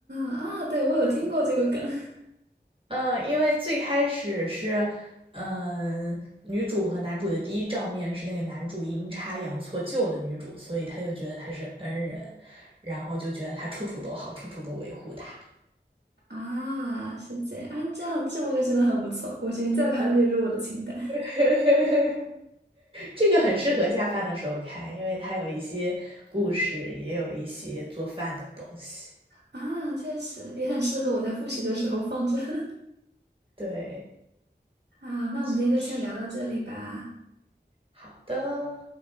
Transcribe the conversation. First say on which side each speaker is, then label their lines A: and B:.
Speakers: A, on the right; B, on the right.
A: 啊，对，我有听过这个梗。<laughs>
B: 嗯，因为最开始是，嗯、女主和男主的第一照面是那个男主阴差阳错救了女主，所以他就觉得她是恩人，然后就觉得他处处都好，处处都维护她。
A: 啊，是这样，啊，这样这部剧真的很不错，我决定再把它列入我的清单。
B: <laughs> 这个很适合下饭的时候看，因为它有一些故事，也有一些做饭的东西。
A: 啊，确实也很适合我在复习的时候放着。<laughs>
B: 对，
A: 啊，那我们今天就先聊到这里吧。
B: 是好的。